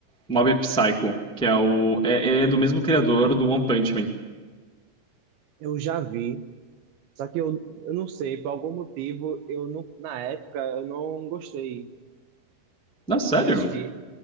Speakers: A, in the centre; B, on the right.
A: Mob Psycho, que é o é, é do mesmo criador do One Punch Man.
B: Eu já vi, só que eu, eu não sei, por algum motivo, eu não, na época, eu não gostei
A: Não, sério?
B: de assistir.